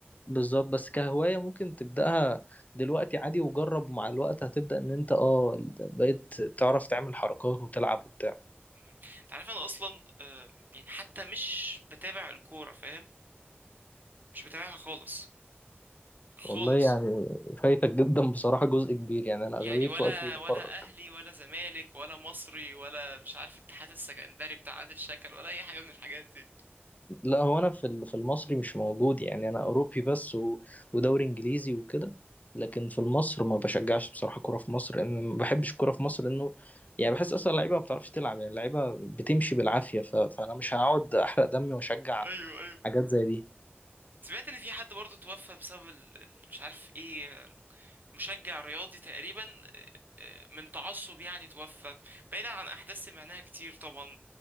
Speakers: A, on the left; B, on the right.
A: بالظبط بس كهواية ممكن تبدأها دلوقتي عادي وجرب مع الوقت هتبدأ ان انت اه بقيت تعرف تعمل حركات وتلعب وبتاع
B: مهم. أنت عارف أنا أصلا آه، يعني حتى مش بتابع الكورة فاهم مش بتابعها خالص خالص
A: والله يعني فايتك جدا بصراحة جزء كبير يعني انا اغلبية
B: يعني ولا
A: وقتي بفرج
B: ولا أهلي ولا زمالك ولا مصري ولا مش عارف اتحاد السكندري بتاع عادل شكل ولا أي حاجة من الحاجات دي
A: لا هو انا في ال- في المصري مش موجود يعني انا اوروبي بس و... ودوري انجليزي وكده لكن في مصر ما بشجعش بصراحه كوره في مصر لان ما بحبش الكوره في مصر لانه يعني بحس اصلا اللعيبه ما بتعرفش تلعب يعني اللعيبه بتمشي بالعافيه ف... فانا مش هقعد احرق دمي واشجع
B: ايوه ايوه
A: حاجات زي دي
B: سمعت ان في حد برضه توفى بسبب ال... ال- مش عارف ايه مشجع رياضي تقريبا آه، من تعصب يعني توفى بعيدا عن احداث سمعناها كتير طبعا